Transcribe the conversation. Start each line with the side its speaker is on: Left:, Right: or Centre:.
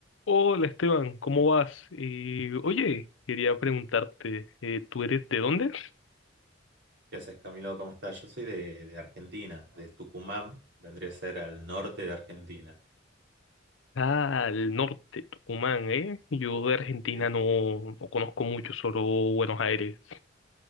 Left: Hola Esteban, ¿cómo vas? Eh, oye, quería preguntarte, eh, ¿tú eres de dónde?
Right: ¿Qué haces, Camilo? ¿Cómo estás? Yo soy de, de Argentina, de Tucumán, vendría a ser al norte de Argentina.
Left: Ah, al norte, Tucumán, ¿eh? Yo de Argentina
Right: Sí, sí.
Left: no, no conozco mucho, solo Buenos Aires.